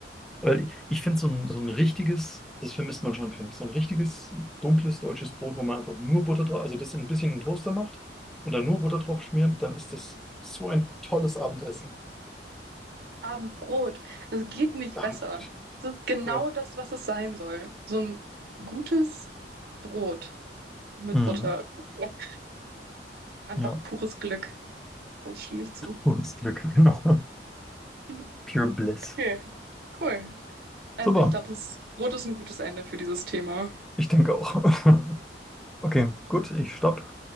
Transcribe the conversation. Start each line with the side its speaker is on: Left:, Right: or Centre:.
Centre: Weil ich, ich finde so ein, so ein richtiges, das vermisst man schon, finde ich, so ein richtiges dunkles deutsches Brot, wo man einfach nur Butter drauf, also das in ein bisschen in den Toaster macht und dann nur Butter drauf schmiert, dann ist das so ein tolles Abendessen.
Right: Abendbrot. Es geht nicht
Centre: Abendbrot.
Right: besser. Es ist genau
Centre: Ja.
Right: das, was es sein soll. So ein gutes Brot mit
Centre: Mhm.
Right: Butter. <laughs> Einfach
Centre: Ja,
Right: pures Glück. Das stimme ich zu.
Centre: pures Glück, genau.
Right: <laughs>
Centre: <laughs> Pure Bliss.
Right: Okay, cool. Also
Centre: Super.
Right: ich glaube, das Rot ist ein gutes Ende für dieses Thema.
Centre: Ich denke auch. <laughs> Okay, gut, ich stopp.